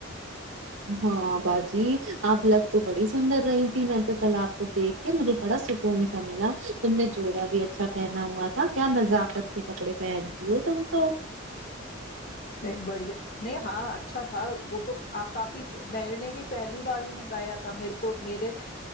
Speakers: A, on the right; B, on the left.
A: ہاں باجی آپ لگ تو بڑی سندر رہی تھی میں تو پہل آپ تو کہ مجھے بڑا سکون سا ملا تم نے جوڑا بھی اچھا پہنا ہوا تھا کیا مزااکت کے کپڑے پہنتی ہو تم تو
B: نہیں بڑھیا نہیں ہاں اچھا تھا وہ تو کافی میں نے بھی پہلی بار ہی منگایا تھا میرے کو میرے